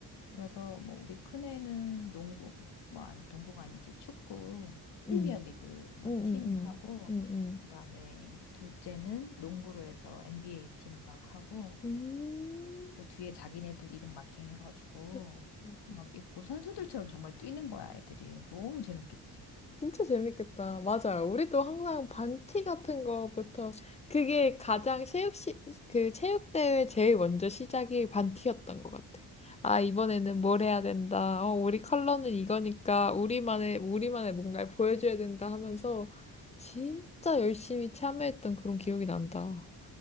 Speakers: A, on the left; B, on the left.
A: 그래서 뭐 우리 큰애는 농구, 뭐 아니, 농구가 아니지, 축구, 프리미어
B: 음,
A: 리그 막
B: 음, 음,
A: 팀하고,
B: 음, 음, 음, 음.
A: 그 다음에 둘째는 농구로 해서 NBA 팀 막 하고,
B: 음.
A: 그 뒤에 자기네들 이름 마킹 해가지고,
B: 음, 음,
A: 막
B: 음,
A: 입고 선수들처럼 정말 뛰는 거야, 애들이. 너무 재밌겠지.
B: 진짜 재밌겠다. 맞아요. 우리도 항상 반티 같은 거부터 그게 가장 체육 시, 그 체육대회 제일 먼저 시작이 반티였던 것 같아. 아, 이번에는 뭘 해야 된다. 어, 우리 컬러는 이거니까 우리만의 우리만의 뭔가를 보여줘야 된다 하면서 진짜 열심히 참여했던 그런 기억이 난다.